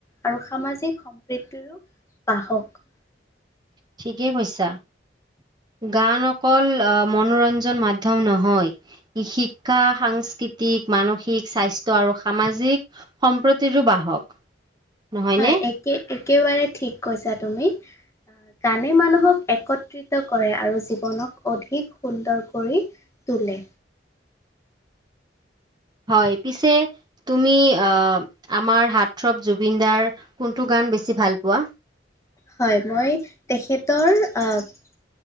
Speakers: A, on the left; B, on the right.
A: আৰু সামাজিক সম্প্ৰীতিৰো, বাহক।
B: ঠিকে কৈছা। গান অকল আহ মনোৰঞ্জন মাধ্যম নহয়। ই শিক্ষা, সাংস্কৃতিক, মানসিক স্বাস্থ্য আৰু সামাজিক সম্প্ৰতিৰো বাহক। নহয়নে?
A: হয় একে-একেবাৰে ঠিক কৈছা তুমি। গানে মানুহক একত্ৰিত কৰে আৰু জীৱনক অধিক সুন্দৰ কৰি তোলে।
B: হয়, পিছে তুমি আহ, আমাৰ হাৰ্টৰপ জুবিন দাৰ কোনটো গান বেছি ভাল পোৱা?
A: হয় মই তেখেতৰ আহ